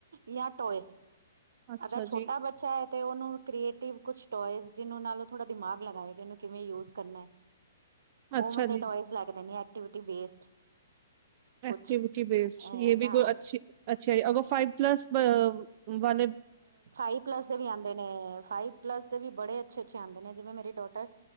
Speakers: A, on the right; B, on the right.
A: ਜਾਂ ਟੋਏ।
B: ਅੱਛਾ
A: ਅਗਰ ਛੋਟਾ
B: ਜੀ,
A: ਬੱਚਾ ਐ ਤੇ ਉਨੂੰ ਕ੍ਰੀਏਟਿਵ ਕੁਛ ਟੋਆਏਸ ਜਿਹਨੂੰ ਨਾਲ ਥੋੜਾ ਦਿਮਾਗ ਲਗਾਏ ਗਾ ਇਹਨੂੰ ਕਿਵੇਂ ਯੂਜ ਕਰਨਾ ਐ।
B: ਅੱਛਾ
A: ਉਵੇਂ ਦੇ
B: ਜੀ।
A: ਟੋਏਸ ਲੈ ਕੇ ਦੇਣੇ ਆ ਐਕਟੀਵੀਟੀ ਬੇਸਡ।
B: ਐਕਟੀਵਿਟੀ
A: ਕੁਛ
B: ਬੇਸਡ
A: ਹਾਂ
B: ਯੇ ਵੀ ਅੱਛੀ, ਅੱਛੀ ਆ ਵੋ ਫਾਈਵ ਪਲੱਸ ਵ ਵਾਲੇ
A: ਫਾਈਵ ਪਲੱਸ ਦੇ ਵੀ ਆਂਦੇ ਨੇ ਫਾਈਵ ਪਲੱਸ ਦੇ ਵੀ ਬੜੇ ਅੱਛੇ-ਅੱਛੇ ਆਂਦੇ ਨੇ ਜਿਵੇਂ ਮੇਰੀ ਡੋਟਰ